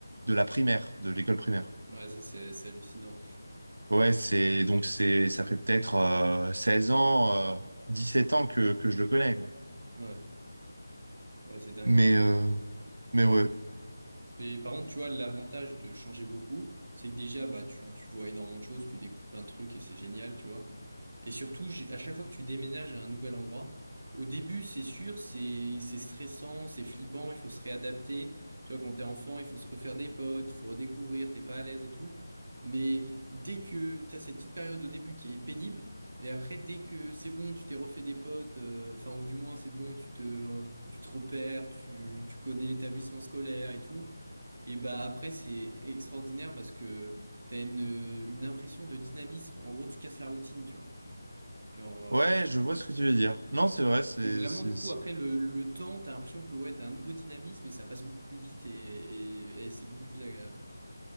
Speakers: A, on the right (about 65°); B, on the right (about 35°).
A: de la primaire, de l'école primaire.
B: ouais, ça, c'est, c'est hallucinant.
A: Ouais, c'est donc c'est ça fait peut-être euh, 16 ans, euh, sept ans que, que je le connais, quoi.
B: Ouais, ouais, c'est dingue.
A: Mais euh, mais ouais.
B: Mais par contre, tu vois, l'avantage de changer beaucoup, c'est que déjà, bah, tu, tu vois énormément de choses, tu découvres plein de trucs et c'est génial, tu vois. Et surtout, j'ai- à chaque fois que tu déménages à un nouvel endroit, au début, c'est sûr, c'est, c'est stressant, c'est flippant, il faut se réadapter. Tu vois, quand t'es enfant, il faut se refaire des potes, il faut redécouvrir, t'es pas à l'aise et tout. Mais dès que t'as cette petite période au début qui est pénible, mais après, dès que c'est bon, tu t'es refait des potes, euh, enfin, ou du moins, c'est bon, tu te, tu te repères, tu, tu connais l'établissement scolaire et tout. Et bah après, c'est extraordinaire parce que t'as une, une impression de dynamisme. En gros, tu casses la routine, tu vois. Genre, euh,
A: Ouais, je vois ce que tu veux dire. Non, c'est
B: et
A: vrai, c'est
B: et vraiment,
A: c'est
B: du coup,
A: c'est-
B: après le, le temps, t'as l'impression que ouais, t'as un nouveau dynamisme et ça passe beaucoup plus vite et, et- et c'est beaucoup plus agréable.